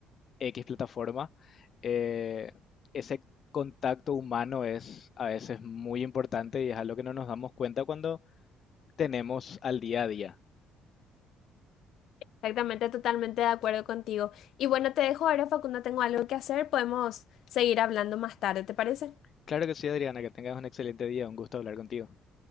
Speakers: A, on the left (about 50°); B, on the left (about 70°).
A: X plataforma, eh, ese contacto humano es a veces muy importante y es algo que no nos damos cuenta cuando tenemos al día a día.
B: Exactamente, totalmente de acuerdo contigo. Y bueno, te dejo ahora, Facundo, tengo algo que hacer, podemos seguir hablando más tarde, ¿te parece?
A: Claro que sí, Adriana, que tengas un excelente día, un gusto hablar contigo.